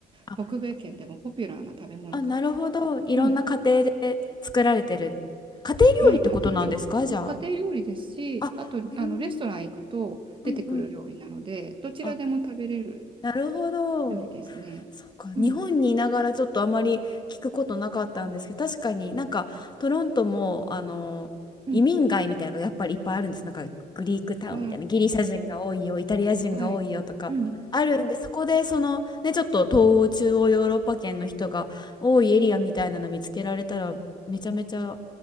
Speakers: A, on the left; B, on the right.
A: あ、
B: 北米圏でもポピュラーな食べ物かもです。
A: あ、なるほど。いろんな家庭で作られてる。
B: うん。
A: 家庭料理ってことなんですかじゃ
B: はい、家庭料、そう、家庭料理ですし、
A: あ。あ、
B: あと、
A: うん
B: あの、レストラン行くと出てくる料理なので、
A: うんうん。
B: どちらでも食べれる
A: あ、なるほど。
B: 料理ですね。
A: そうか、
B: うん、
A: 日本にいながらちょっとあまり聞くことなかったんですけど、確かになんかトロントもあの移民街みたいなのがやっぱりいっぱいあるんです。
B: うん。
A: なんかグリークタウンみたいな、
B: はい。
A: ギリシャ人が多いよ、イタリア人が多いよとかあるんで、
B: はい。うん。
A: そこでそのね、ちょっと東欧、中央ヨーロッパ圏の人が多いエリアみたいなの見つけられたら、めちゃめちゃ